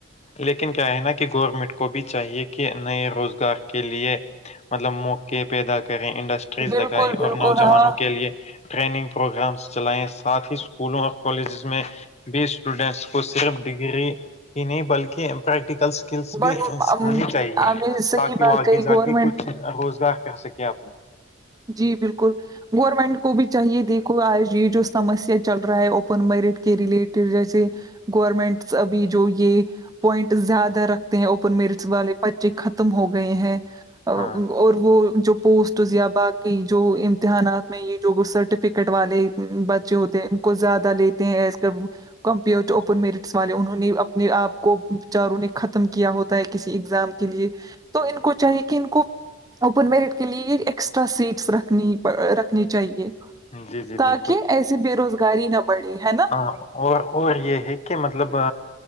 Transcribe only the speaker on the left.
لیکن کیا ہے نا کہ گورنمنٹ کو بھی چاہیے کہ نئے روزگار کے لیے مطلب موقعے پیدا کریں انڈسٹریز
لگائیں
اور نوجوانوں
کے لیے ٹریننگ پروگرامس چلائیں ساتھ ہی اسکولوں اور کالجز میں بھی اسٹوڈینٹس کو صرف ڈگری ہی نہیں بلکہ پریکٹیکلس اسکلس
بھی سکھانی چاہیے
تاکہ
وہ آگے
جا
کے کچھ روزگار کر سکے اپنا
ہاں
جی جی
بالکل
ہاں اور اور یہ ہے کہ مطلب ا